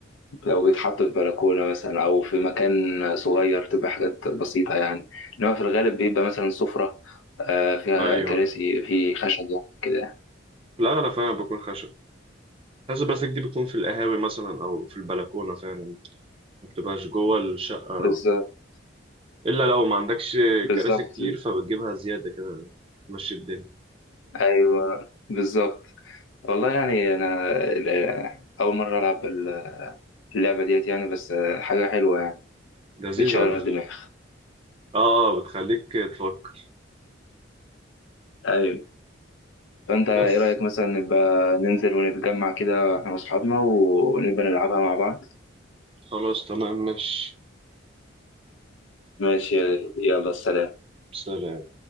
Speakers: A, on the left; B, on the right.
A: لو بيتحط في بلكونه مثلا او في مكان صغير تبقى حاجات بسيطه يعني انما في الغالب بيبقى مثلا سفره آه، فيها
B: ايوه
A: كراسي في خشب يعني كده
B: في الاغلب فعلا بيكون خشب حاسس البلاستيك دي بتكون في القهاوي مثلا او في البلكونه فعلا ما بتبقاش جوه الشقه
A: بالظبط
B: الا لو ما عندكش
A: بالظبط
B: كراسي كتير فبتجيبها زياده كده تمشي الدنيا
A: ايوه بالظبط والله يعني انا ال- اول مره العب ال- اللعبه ديت يعني بس حاجه حلوه يعني
B: لذيذه
A: بتشغل
B: على
A: الدماغ
B: فكره اه بتخليك تفك
A: ايوه فانت ايه
B: بس
A: رايك مثلا نبقى ننزل ونتجمع كده احنا واصحابنا ونبقى نلعبها مع بعض
B: خلاص تمام ماشي
A: ماشي يلا سلام
B: سلام